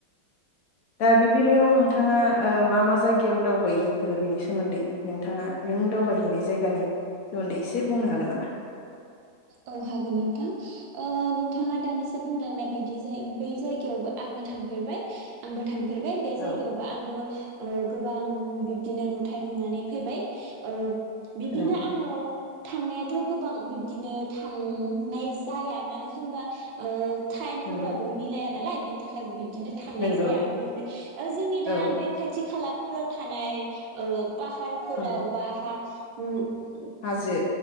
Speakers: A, on the left; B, on the right.
A: दा बे बेलायाव नोंथाङा ओ मा मा जायगायाव दावबायहैखो बिनि सोमोन्दै नोंथाङा नों दावबायहैनाय जायगानि सोमोन्दै एसे बुंनो हागोन नामा।
B: औ हागोन नोंथां ओ नोंथ। बिथाङा दानिसो बुंलांनाय बायदि। बै जायबो जायगायावबो आंनो थांफेरबाय आंबो। थांफेरबाय बे
A: औ
B: जायगायावबो आंबो ओ गोबां बिब्दिनो न। गथाय नुनानै फैबाय ओ। बिदिनो
A: नंगौ
B: आङो। थांनायाथ' गोबां बि। बिदिनो थांनाय जाया मानो होनबा ओ। टाइमफोराबो
A: नंगौ
B: मिलाया नालाय। बिनि थाखाय बि। बिदिनो थांनाय
A: नंगौ
B: जाया बेनिफ्राय ओ जोंनि
A: औ
B: दा बे खाथि खाला। नखराव थानाय ओ। पाहारफोराव
A: औ
B: बा हा। उम।
A: हाजो।